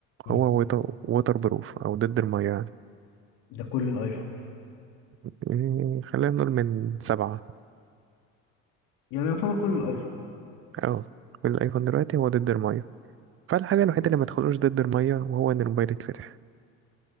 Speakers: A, on the left; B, on the right.
A: مم.
B: هو ووتر ووتر بروف او ضد الميه يعني
A: ده كل الأيفون
B: إيه، خلينا نقول من سبعة
A: يعني يعتبر كل الأيفون
B: اه والايفون دلوقتي هو ضد الميه فالحاجه الوحيده اللي ما تدخلوش ضد الميه وهو ان الموبايل يتفتح